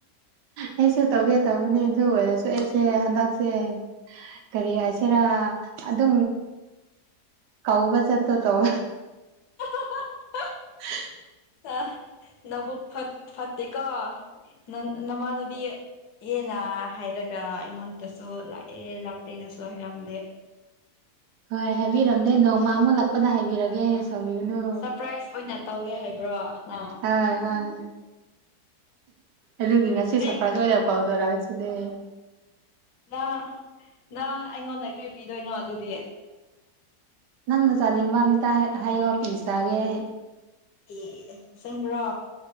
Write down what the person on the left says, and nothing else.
<inaudible>
ꯑ ꯅꯛ ꯐ ꯐꯠꯇꯦꯀꯣ ꯅ ꯅꯃꯥꯟꯅꯕꯤ ꯌꯦꯅ ꯍꯥꯏꯔꯛꯦ ꯗꯥ ꯑꯩꯉꯣꯟꯗꯁꯨ ꯂꯥꯛꯑꯦ ꯂꯥꯛꯇꯦꯅꯁꯨ ꯍꯥꯏꯔꯝꯗꯦ
ꯁꯔꯄ꯭ꯔꯥꯏꯁ ꯑꯣꯏꯅ ꯇꯧꯒꯦ ꯍꯥꯏꯕ꯭ꯔꯣ ꯅꯪ
ꯅꯪ
ꯑꯩ
ꯅꯪ ꯅꯪ ꯑꯩꯉꯣꯟꯗ ꯀ꯭ꯔꯤ ꯄꯤꯗꯣꯏꯅꯣ ꯑꯗꯨꯗꯤ
ꯑꯦ ꯁꯦꯡꯕ꯭ꯔꯣ